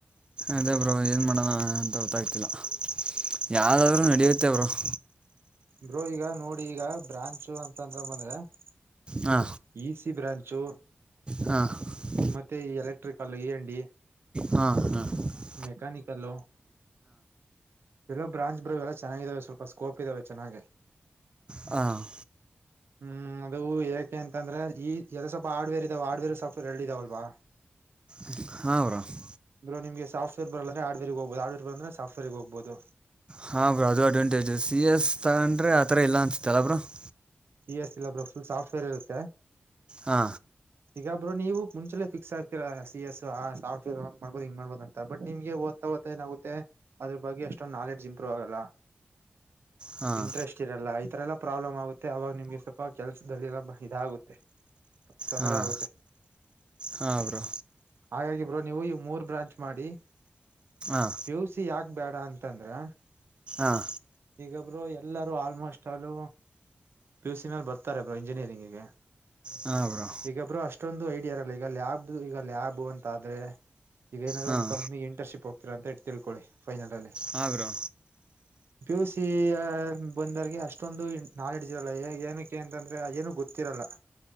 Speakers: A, on the right; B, on the right.
A: ಅದೇ, ಬ್ರೋ, ಏನು, ಮಾಡೋಣ! ಅಂತ ಗೊತ್ತಾಗ್ತಿಲ್ಲ, ಯಾರ್ದಾದ್ರೂ, ನಡೆಯುತ್ತೆ, ಬ್ರೋ. <inaudible>
B: ಬ್ರೋ, ಈಗ ನೋಡಿ ಈಗ ಬ್ರಾಂಚುಗಳು, ಅಂತ ಬಂದ್ರೆ? <inaudible>
A: ಹಾ,
B: ಇ ಸಿ ಬ್ರಾಂಚು
A: ಹಾ! <unintelligible>
B: ಮತ್ತೆ, ಈ ಎಲೆಕ್ಟ್ರಿಕಲ್, ಇ, ಎನು, ಡಿ. <inaudible>
A: ಹಾ, ಹಾ! <unintelligible>
B: ಮೆಕಾನಿಕಲ್! <inaudible> ಇದೆಲ್ಲ ಬ್ರಾಂಡ್ ಬ್ರೋ, ಎಲ್ಲಾ, ಚೆನ್ನಾಗಿದ್ದಾವೆ? ಸ್ಕೋಪ್ ಇದ್ರೆ ಚೆನ್ನಾಗೆ! <inaudible>
A: ಹ. <inaudible>
B: <inaudible> <unintelligible> ಹ್ಮ್, ಅದು ಯಾಕೆ ಅಂತಂದ್ರೆ! ಈ, ಎಲ್ಲ, ಸ್ವಲ್ಪ ಆಡ್ವೇರ್, ಇದಾವೆ, ಆಡ್ವೇರ್, ಸ್ವಲ್ಪ, ಎರಡು ಇದಾವೆ, ಅಲ್ವಾ? <inaudible>
A: ಇದೇ, ಊರ, ಹಾ, ಬ್ರೋ? <unintelligible>
B: ಬ್ರೋ ನಿಮಗೆ ಸಾಫ್ಟ್ವೇರ್ ಬರಲ್ಲ ಅಂದ್ರೆ, ಹಾರ್ಡ್ವೇರ್, ಹೋಗಬಹುದು, ಹಾರ್ಡ್ವೇರ್ ಬರಲ್ಲ ಅಂದ್ರೆ ಸಾಫ್ಟ್ವೇರ್ಗೆ, ಹೋಗಬಹುದು? <inaudible>
A: ಹಾ, ಬ್ರೋ, ಅಡ್ವಾಂಟೇಜು, ಸಿ, ಎಸ್. ತಗೊಂಡ್ರೆ, ಆತರ, ಇಲ್ಲಾ, ಅನಿಸುತ್ತೆ, ಅಲ್ವಾ ಬ್ರೋ? <inaudible>
B: ಸಿ ಎಸ್ ಇಲ್ ಒಬ್ಬ ಫುಲ್ ಸಾಫ್ಟವೇರ್ ಇರುತ್ತೆ
A: ಹಾ
B: ಈಗ ಬ್ರೋ ನೀವು ಮುಂಚೆ ಫಿಕ್ಸ್ ಆತೀರ ಸಿ ಎಸ್ ಆ ಸಾಫ್ಟವೇರ್ ಮಾಡಬದು ಹಿಂಗ ಮಾಡ್ಬೋುದು ಅಂತ ಬಟ್ ನಿಮ್ಗೆಓದ್ ಏನಾಗುತ್ತೆ ಅದ್ರ ಬಗ್ಗೆ ಎಷ್ಟೊ ನಾಲೆಡ್ಜ್ ಇಂಪ್ರೂವ್ ಆಗಲ್ಲ
A: ಹಾಂ
B: ಇಂಟ್ರೆಸ್ಟ್ ಸಿಗಲ್ಲ ಈ ತರ ಎಲ್ಲ ಪ್ರಾಬ್ಲಮ್ ಆಗುತ್ತೆ ಆಗ ನಿಮ್ಗೆ ಸ್ವಲ್ಪ ಕೆಲ್ಸದಲ್ಲಿ ಎಲ್ಲಾ ಇದ ಆಗುತ್ತೆ ತೊಂದ್ರ
A: ಹಾಂ
B: ಆಗುತ್ತೆ
A: ಹಾಂ ಬ್ರೋ
B: ಹಾಗಾಗಿ ಬ್ರೋ ನೀವು ಇ ಮೂರ್ ಬ್ರಾಂಚ್ ಮಾಡಿ
A: ಹ
B: ಪಿಯುಸಿ ಯಾಕೆ ಬೇಡ ಅಂತಂದ್ರೆ
A: ಹ
B: ಈಗ ಬ್ರೋ ಎಲ್ಲಾರೂ almost all P U C ಮೇಲೆ ಬರ್ತಾರೆ ಅವರು ಇಂಜಿನಿಯರ ಗೆ
A: ಹ ಬ್ರೋ
B: ಈಗಬ್ರು ಅಷ್ಟೊಂದು ಐಡಿಯಾ ಇರಲ್ಲ ಈಗ ಲ್ಯಾಬ್ ಈಗ ಲ್ಯಾಬ್ ಅಂತ ಆದ್ರೆ ಈಗ ಏನಾದ್
A: ಹಾಂ
B: ಒಂದು ಕಂನಿ ಇಂಟರ್ನ್ಶಿಪ್ ಹೋಗತರ ಅಂತ ಹೇಳ ತಿಳ್ಕೊಳ್ಳಿ ಫೈನಲ್ ಅಲ್ಲಿ
A: ಹಾ ಬ್ರೋ
B: ಪಿ ಯು ಸಿ ಬಂದರ್ಗೆ ಅಷ್ಟೊಂದು ನಾಲೆಡ್ಜ್ ಇರಲ್ಲ ಏನಕ್ಕೆ ಅಂತಂದ್ರೆ ಏನ ಗೊತ್ತಿರಲ್ಲ